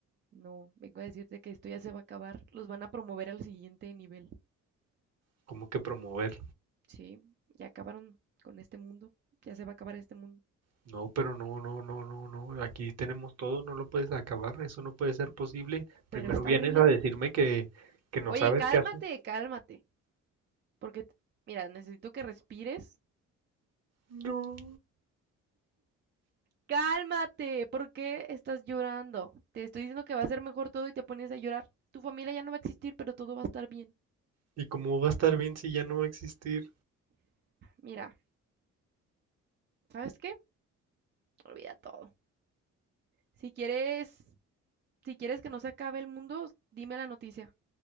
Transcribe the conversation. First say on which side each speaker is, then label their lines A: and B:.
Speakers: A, on the right; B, on the right.
A: No, vengo a decirte que esto ya se va a acabar. Los van a promover al siguiente nivel.
B: ¿Cómo que promover?
A: Sí, ya acabaron con este mundo. Ya se va a acabar este mundo.
B: No, pero no, no, no, no, no. Aquí tenemos todo, no lo puedes acabar. Eso no puede ser posible. Primero
A: Pero está
B: vienes
A: horrible.
B: a decirme que, que no
A: Oye,
B: sabes
A: cálmate,
B: qué haces.
A: cálmate. Porque, t- mira, necesito que respires.
B: No.
A: Cálmate, ¿por qué estás llorando? Te estoy diciendo que va a ser mejor todo y te pones a llorar. Tu familia ya no va a existir, pero todo va a estar bien.
B: ¿Y cómo va a estar bien si ya no va a existir?
A: Mira, ¿sabes qué? Olvida todo. Si quieres, si quieres que no se acabe el mundo, dime la noticia